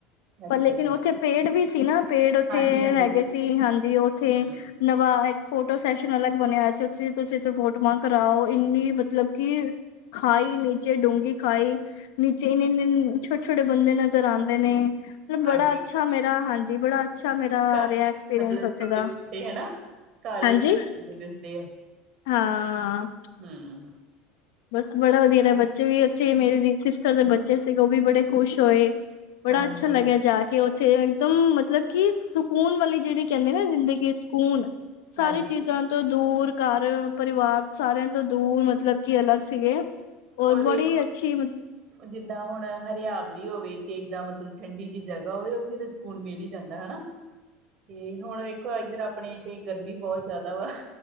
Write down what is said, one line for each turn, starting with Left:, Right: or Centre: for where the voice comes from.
Left: ਪਰ
Right: ਅੱਛਾ
Left: ਲੇਕਿਨ
Right: ਜੀ
Left: ਉੱਥੇ ਪੇੜ ਵੀ ਸੀ ਨਾ, ਪੇੜ ਉੱਥੇ
Right: ਹਾਂਜੀ-ਹਾਂਜੀ
Left: ਹੈਗੇ ਸੀ ਹਾਂਜੀ ਉੱਥੇ।
Right: ਹੂੰ।
Left: ਨਵਾ ਇੱਕ ਫੋਟੋ ਸੈਸ਼ਨ ਅਲਗ ਬਣਿਆ ਹੋਇਆ ਸੀ ਉਥੇ ਤੁਸੀਂ ਇਥੇ ਫੋਟੋਆਂ ਕਰਾਓ ਇੰਨੀ ਮਤਲਬ ਕੀ, ਖਾਈ ਨੀਚੇ ਡੂੰਘੀ ਖਾਈ ਨੀਚੇ ਇੰਨੇ-ਇੰਨੇ ਛੋ ਛੋਟੇ ਬੰਦੇ ਨਜ਼ਰ ਆਉਂਦੇ ਨੇ। ਮਤਲਬ ਬੜਾ
Right: ਹਾਂਜੀ
Left: ਅੱਛਾ ਮੇਰਾ ਹਾਂਜੀ ਬੜਾ ਅੱਛਾ ਮੇਰਾ
Right: ਘਰ
Left: ਰਿਹਾ ਐਕਸਪੀਰੀਅੰਸ
Right: ਮਤਲਬ
Left: ਉੱਥੇ
Right: ਛੋਟੇ-ਛੋਟੇ
Left: ਦਾ।
Right: ਹਨਾ। ਘਰ
Left: ਹਾਂਜੀ
Right: ਵਿਚ ਦਿਸਦੇ ਹੈ।
Left: ਹਾਂ।
Right: ਹਮ।
Left: ਬਸ ਬੜਾ ਵਧੀਆ ਲ ਬੱਚੇ ਵੀ ਉੱਥੇ ਮੇਰੇ ਸਿਸਟਰ ਦੇ ਬੱਚੇ ਸੀਗੇ ਉਹ ਵੀ ਬੜੇ ਖੁਸ਼ ਹੋਏ। ਬੜਾ
Right: ਹਾਂਜੀ,
Left: ਅੱਛਾ ਲੱਗਿਆ ਜਾ ਕੇੇ। ਥੇ ਇੱਕਦਮ ਮਤਲਬ ਕਿ ਸਕੂਨ ਵਾਲੀ ਜਿਹੜੀ ਕਹਿੰਦੇ ਨਾ ਜ਼ਿੰਦਗੀ ਕਿ ਸਕੂਨ ਸਾਰੀ
Right: ਹਾਂਜੀ
Left: ਚੀਜ਼ਾਂ ਤੋਂ ਦੂਰ, ਘਰ ਪਰਿਵਾਰ ਸਾਰਿਆਂ ਤੋਂ ਦੂਰ ਮਤਲਬ ਕੀ ਅਲੱਗ ਸੀਗੇ, ਔਰ
Right: ਹੁਣ
Left: ਬੜੀ
Right: ਵੇਖੋ
Left: ਅੱਛੀਤ
Right: ਜਿੱਦਾਂ ਹੁਣ ਹਰਿਆਵਲੀ ਹੋਵੇ ਤੇ ਇੱਦਾਂ ਮਤਲਬ ਠੰਡੀ ਜਿਹੀ ਜਗ੍ਹਾ ਹੋਵੇ। ਉੱਥੇ ਤਾਂ ਸਕੂਨ ਮਿਲ ਹੀ ਜਾਂਦਾ ਹਨਾ। ਤੇ ਹੁਣ ਵੇਖੋ ਇੱਧਰ ਆਪਣੇ ਤੇ ਗਰਮੀ ਬਹੁਤ ਜ਼ਿਆਦਾ ਵਾ।